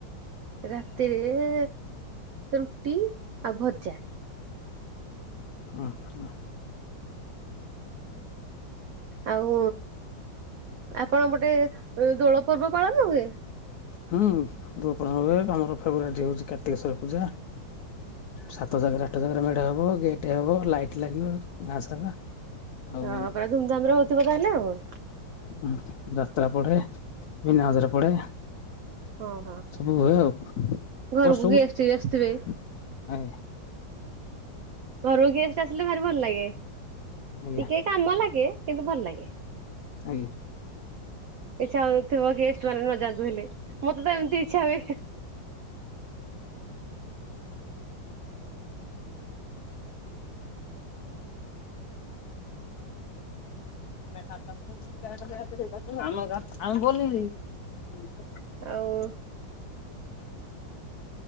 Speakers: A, on the right; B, on the left.
A: ରାତିରେ ରୁଟି ଆଉ ଭଜା।
B: ଅଁ ହଁ।
A: ଆଉ ଆପଣଙ୍କ ପଟେ ଦୋଳ ପର୍ବ ପାଳନ ହୁଏ?
B: ହୁଁ ଦୋଳ ପାଳନ ହୁଏ, ଆମର ଫେବରାଇଟ୍ ହଉଛି କାର୍ତ୍ତିକେଶ୍ୱର ପୂଜା। ସାତ ଜାଗାରେ ଆଠ ଜାଗାରେ ମେଢ ହବ, ଗେଟ୍ ହବ, ଲାଇଟ ଲାଗିବ ଗାଁ ସାରା। ଆଉ
A: ହଁ, ପୁରା ଧୁମଧାମରେ ହଉଥିବ ତାହେଲେ ଆଉ।
B: ହୁଁ ଯାତ୍ରା ପଡେ, ମିନା ବଜାର ପଡେ।
A: ହଁ ହଁ
B: ସବୁ ହୁଏ ଆଉ ବର୍ଷକୁ
A: ଘରକୁ ଗେଷ୍ଟ ବି ଆସୁଥିବେ।
B: ଆଜ୍ଞା।
A: ଘରକୁ ଗେଷ୍ଟ ଆସିଲେ ଭାରି ଭଲ୍ ଲାଗେ,
B: ଆଜ୍ଞା
A: ଟିକେ କାମ ଲାଗେ କିନ୍ତୁ ଭଲ୍ ଲାଗେ।
B: ଆଜ୍ଞା।
A: ଇଚ୍ଛା ହଉଥିବ ଗେଷ୍ଟ ମାନେ ନ ଯାନ୍ତୁ ହେଲେ, ମତେ ତ ଏମିତି ଇଚ୍ଛା ହୁଏ।
B: <unintelligible>
A: ଆଉ।